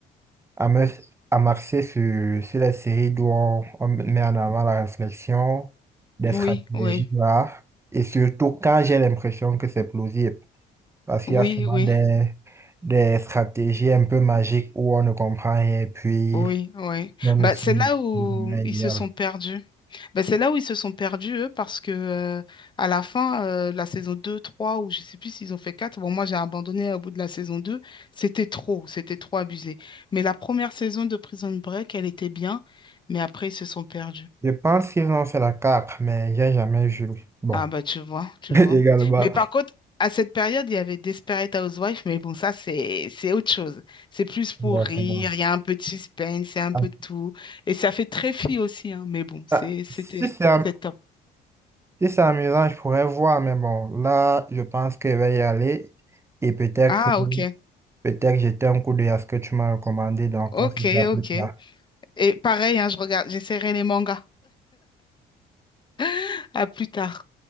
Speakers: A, on the right; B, on the left.
A: à, me, à marcher sur, sur les séries d'où on, on met en avant la réflexion, des
B: Oui,
A: stratégies
B: oui,
A: là, et surtout quand j'ai l'impression que c'est plausible. Parce qu'il
B: oui,
A: y a souvent
B: oui,
A: des, des stratégies un peu magiques où on ne comprend rien et puis
B: oui, oui.
A: on ne
B: Bah,
A: sait
B: c'est là où
A: le moment idéal.
B: ils se sont perdus. Bah, c'est là où ils se sont perdus, eux, parce que euh, à la fin, euh, la saison 2, 3, ou je sais plus s'ils ont fait 4, bon, moi j'ai abandonné au bout de la saison 2, c'était trop, c'était trop abusé. Mais la première saison de Prison Break, elle était bien, mais après ils se sont perdus.
A: Je pense qu'ils ont fait la carte, mais j'ai jamais joué. Bon,
B: Ah bah tu vois, tu
A: <laughs>
B: vois.
A: également.
B: Mais par contre, à cette période, il y avait Desperate Housewives, mais bon, ça c'est c'est autre chose. C'est plus pour
A: Exactement.
B: rire, il y a un peu de suspense, c'est un
A: Ah,
B: peu de tout. Et ça fait très fille aussi, hein, mais bon, c'est
A: ah,
B: c'était
A: Si c'est am-
B: c'était top.
A: si c'est amusant, je pourrais voir, mais bon, là, je pense que je vais y aller et peut-être
B: Ah ok,
A: peut-être jeter un coup d'œil à ce que tu m'as recommandé, donc
B: ok,
A: on se dit à plus
B: ok.
A: tard.
B: Et pareil, hein, je regarde, j'essaierai les mangas. <laughs> À plus tard.